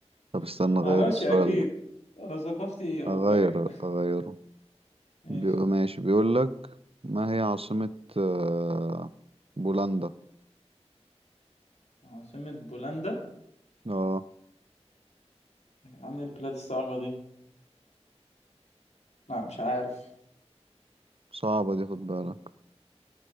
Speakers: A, on the right; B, on the left.
A: طب استنى
B: <laughs>
A: اغير
B: معرفش
A: السؤال
B: اكيد
A: ده
B: انا ثقافتي اوروبيه
A: اغير اغيره
B: <laughs> ماشي
A: بيقول ماشي بيقول لك ما هي عاصمة آه، بولندا
B: عاصمه بولندا
A: اه
B: عن البلاد الصعبة دي لا مش عارف
A: صعبة دي خد بالك